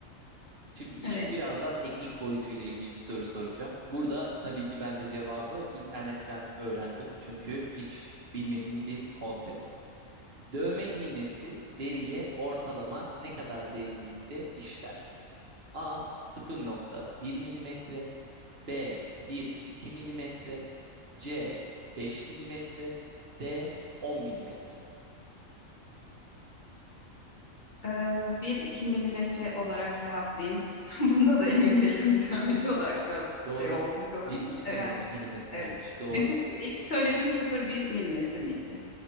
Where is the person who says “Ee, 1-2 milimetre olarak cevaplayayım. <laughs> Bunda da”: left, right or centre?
Left